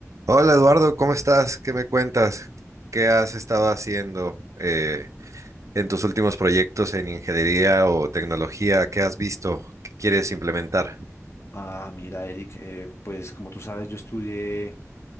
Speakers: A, on the right (about 70°); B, on the left (about 55°).
A: Hola Eduardo, ¿cómo estás? ¿Qué me cuentas? ¿Qué has estado haciendo eh, en tus últimos proyectos en ingeniería o tecnología? ¿Qué has visto? ¿Qué quieres implementar?
B: Ah, mira, Eric, eh, pues como tú sabes, yo estudié